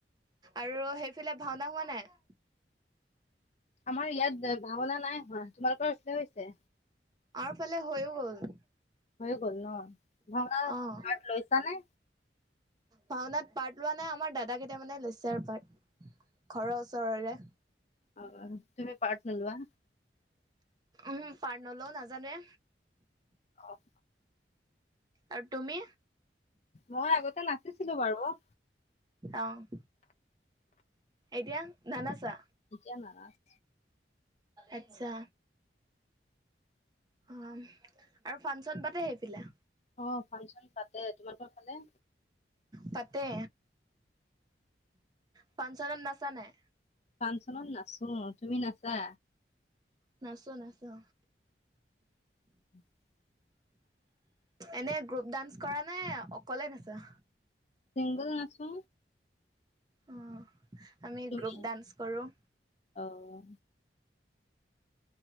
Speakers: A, on the right (about 25°); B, on the left (about 40°).
A: আৰু সেইফালে ভাওনা হোৱা নাই?
B: আমাৰ ইয়াত ভাওনা নাই হোৱা তোমালোকৰ <unintelligible> হৈছে?
A: আৰুফালে হৈয়ো গল।
B: হৈ গ'ল ন' ভাওনা
A: অ',
B: পাৰ্ট লৈছা নে?
A: ভাওনাত পাৰ্ট লোৱা নাই আমাৰ দাদা কেইটা মানে লৈছে আৰু পাৰ্ট ঘৰৰ ওচৰৰে।
B: অ', তুমি পাৰ্ট নুলুৱা?
A: উম, পাৰ্ট নলওঁ নাজানোৱে।
B: অ',
A: আৰু তুমি?
B: মই আগতে নাচিছিলোঁ বাৰু।
A: অ', এতিয়া নানাচা?
B: এতিয়া নানাচো।
A: আচ্ছা। অ' আৰু ফংচন পাতে সেইফালে?
B: অ', ফাংচন পাতে তোমালোকৰ ফালে?
A: পাতে। ফাংচনত নাচা নাই?
B: ফাংচনত নাচো তুমি নাচা?
A: নাচো নাচো।
B: <inaudible>
A: এনে গ্ৰুপ ডান্স কৰা নে অকলে নাচা?
B: চিংগল নাচো।
A: অ', আমি
B: তুমি
A: গ্ৰুপ ডান্স কৰোঁ।
B: অ',